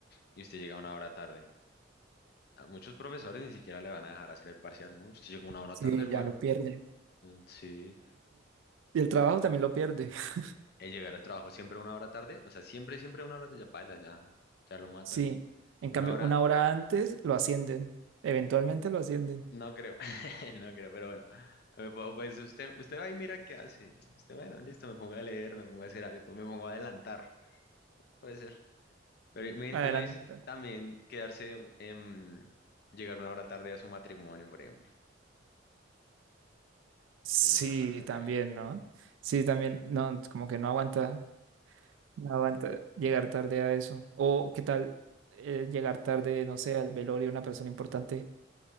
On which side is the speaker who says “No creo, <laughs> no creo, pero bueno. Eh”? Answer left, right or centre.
Left